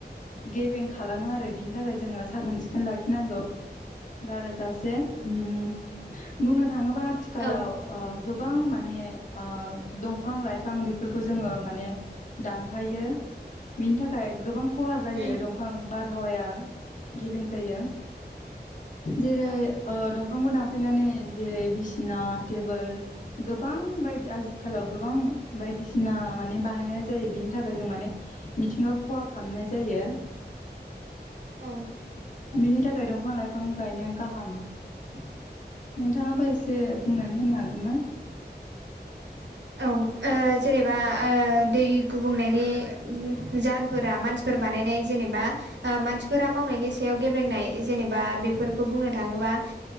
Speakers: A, on the left (about 45°); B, on the right (about 90°).
A: गेबें खालामो आरो बिनि थाखाय जोङो साखोन सिखोन लाखिनांगौ गाराजासे। ओम बुंनो थाङोबा आथिखालाव
B: औ
A: ओ गोबां माने ओ दंफां लाइफां बेफोरखौ जोङो माने दानफायो बिनि थाखाय गोबां खहा जायो
B: उम
A: दंफां बारहावाया गेबें जायो। जेरै
B: औ
A: ओ दंफांखौ दानफायनानै जेरै बिसिना टेबोल गोबां बायदि आजिखालाव गोबां बायदिसिना माने बानायनाय जायो बिनि थाखाय जों माने मिथिङाव खहा खामनाय जायो।
B: औ।
A: बिनि थाखाय दंफां लाइफां गायनाया गाहाम नोंथाङाबो एसे बुंनानै होनो हागोन ना?
B: औ जेनेबा दै गुबुंनायनि जाहोनफोरा मानसि फोर बानायनाय जेनेबा मानसिफोरा मावनायनि सायाव गेब्लेेंनाय जेनेबा बेफोरखौ बुंनो थांङोबा